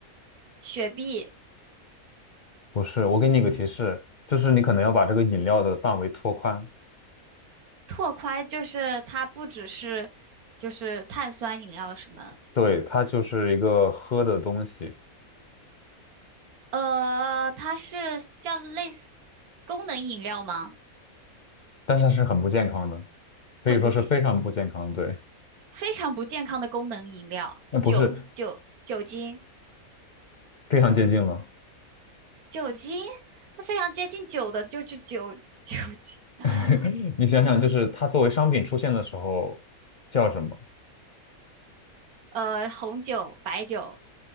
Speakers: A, on the right (about 85°); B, on the left (about 50°).
A: 雪碧、
B: 不是，我给你一个提示，就是你可能要把这个饮料的范围拓宽。
A: 拓宽就是它不只是就是碳酸饮料什么，
B: 对，它就是一个喝的东西，
A: 呃，它是叫类似功能饮料吗？
B: 但是它是很不健康的，可以说是非常不健康。
A: 很不健，
B: 对，
A: 非常不健康的功能饮料，
B: 那不是
A: 酒酒酒精
B: 非常接近了。
A: 酒精，那非常接近酒的就是酒酒精。<laughs> 啊。
B: <laughs> 你想想，就是它作为商品出现的时候叫什么？
A: 呃，红酒、白酒、